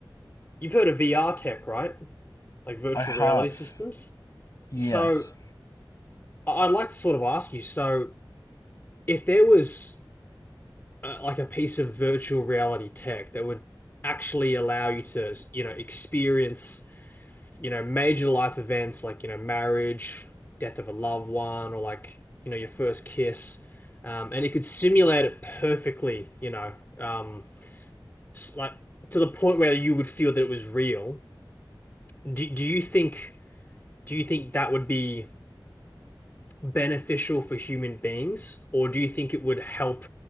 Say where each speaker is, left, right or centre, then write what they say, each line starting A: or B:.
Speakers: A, on the left (about 25°); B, on the left (about 45°).
A: you've heard of VR tech, right? Like virtual
B: I have.
A: reality systems.
B: Yes.
A: So I- I'd like to sort of ask you. So if there was uh, like a piece of virtual reality tech that would actually allow you to, you know, experience you know, major life events like, you know, marriage, death of a loved one, or like, you know, your first kiss. Um, and it could simulate it perfectly, you know, um, s- like to the point where you would feel that it was real. Do, do you think, do you think that would be beneficial for human beings, or do you think it would help?